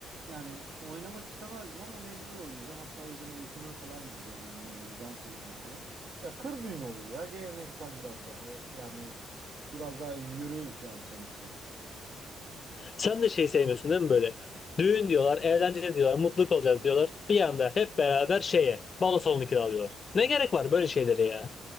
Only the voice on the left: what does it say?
Sen de şey sevmiyorsun değil mi böyle? Düğün diyorlar, eğlence diyorlar, mutluluk olacağız diyorlar. Bir anda hep beraber şeye, balo salonu kiralıyorlar. Ne gerek var böyle şeylere ya?